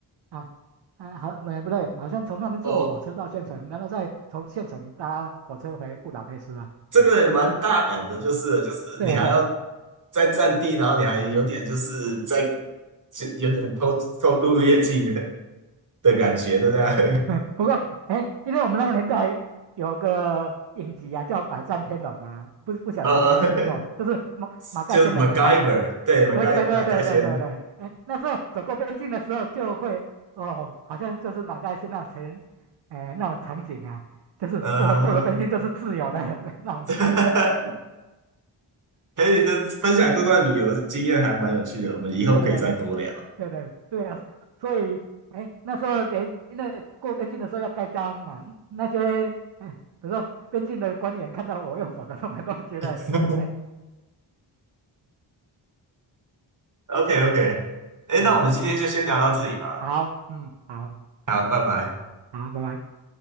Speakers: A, on the right (about 55°); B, on the right (about 40°).
A: 啊啊，好，呃，不对，好像从那边坐火车到县城，
B: <laughs> 哦
A: 然后再从县城搭火车回布达佩斯啊。
B: 这个也蛮大胆的，
A: 嗯，
B: 就是就是你还要
A: 对啊对，
B: 在占地，然后你还有点就是在就有点偷偷渡越境的的感觉，对不对？
A: 嗯不过哎，因为我们那个年代有个影集啊，叫《百战天龙》啊，不不晓得你有没有听过，
B: <laughs> 呃，<laughs>
A: 就是马马盖先的年代啊。
B: 就是 MacGyver，对，MacGy
A: 对对对对对对对，
B: MacGy 先，
A: 哎，那时候走过边境的时候就会哦，好像就是马盖先那种情，哎，那种场景啊，就是我、
B: 呃，
A: 哦过了边境就是自由的 <laughs> 那种。
B: <laughs> 哎，你的分享这段旅游经验还蛮有趣的，我们以后可以再多聊。
A: 对对对对对对啊，所所以哎，那时候连因为过边境的时候要盖章嘛，那些哎，比如说边境的官员看到我用走的，他们都觉得很奇怪。
B: <laughs> OK OK，哎，
A: <laughs> 嗯，
B: 那我们今天就先聊到这里吧，
A: 好，嗯，好，
B: 好，拜拜。
A: 好，拜拜。